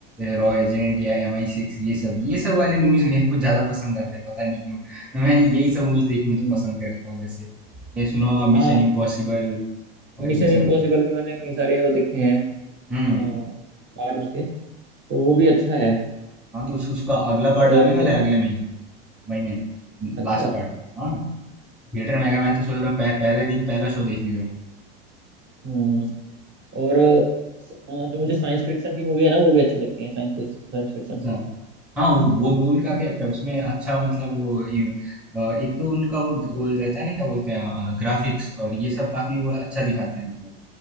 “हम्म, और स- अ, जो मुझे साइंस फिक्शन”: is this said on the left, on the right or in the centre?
Right